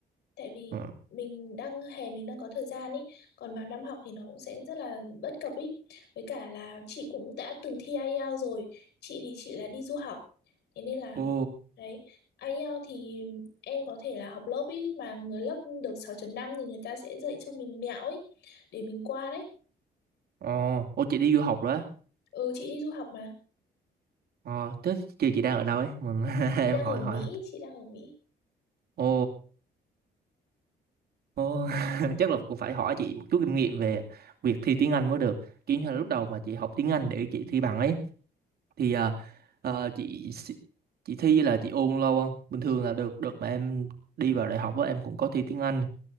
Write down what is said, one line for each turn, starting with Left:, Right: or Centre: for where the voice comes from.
Left: tại vì
Right: ừ.
Left: mình đang hè mình đang có thời gian ý còn vào năm học thì nó cũng sẽ rất là bất cập ý với cả là chị cũng đã từng thi IELTS rồi chị thì chị là đi du học thế nên là
Right: Ồ
Left: đấy IELTS thì em có thể là học lớp ý mà người lớp được sáu chấm năm thì người ta sẽ dạy cho mình mẹo ấy để mình qua đấy
Right: ờ, Ồ chị đi du học rồi á
Left: ừ chị đi du học mà
Right: ờ, thế chị chị đang ở đâu ấy mình <laughs> em
Left: chị đang
Right: hỏi
Left: ở Mỹ
Right: hỏi
Left: chị đang ở Mỹ
Right: ồ Ồ, <laughs> chắc là cũng phải hỏi chị một chút kinh nghiệm về việc thi tiếng Anh mới được. Kiểu như là
Left: ừ.
Right: lúc đầu mà chị học tiếng Anh để chị thi bằng ấy thì à, à, chị s- chị thi là chị ôn lâu không? Bình thường là được được mà em đi vào đại học á em cũng có thi tiếng Anh